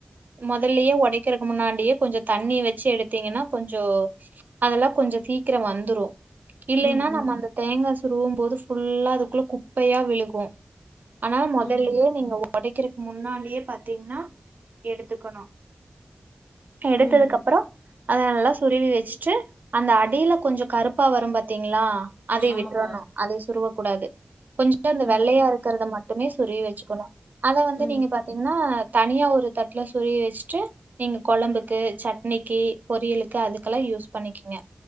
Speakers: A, on the right; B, on the left.
A: மொதல்லயே ஒடைக்கிறக்கு முன்னாடியே கொஞ்சோ தண்ணி வச்சு எடுத்தீங்கன்னா கொஞ்சோ அதெல்லாம் கொஞ்சோ சீக்கிரம் வந்துரோ இல்லைன்னா
B: ம் ம்
A: நம்ம அந்த தேங்காய் சுருவும் போது ஃபுல்லா அதுக்குள்ள குப்பையா விழுகும் ஆனா மொதல்லயே
B: ம் ம்
A: நீங்க ஒடைக்கிறதுக்கு முன்னாடியே பாத்தீங்கன்னா எடுத்துக்கணும் எடுத்ததுக்கப்பறம்
B: ம்
A: அத நல்லா சுருவி வச்சுட்டு அந்த அடில கொஞ்சோ கருப்பா வரும் பாத்தீங்களா அதையு
B: ஆமாப்பா
A: விட்டுறணும் அதை சுருவக் கூடாது கொஞ்சம் இந்த
B: ம்
A: வெள்ளையா இருக்கறத மட்டுமே சுருவி வச்சுக்கணும் அத வந்து
B: ம்
A: நீங்க பாத்தீங்கன்னா தனியா ஒரு தட்ல சுருவி வச்சுட்டு நீங்க கொழம்புக்கு சட்னிக்கு பொரியலுக்கு அதுக்கெல்லாம் யூஸ் பண்ணிக்கீங்க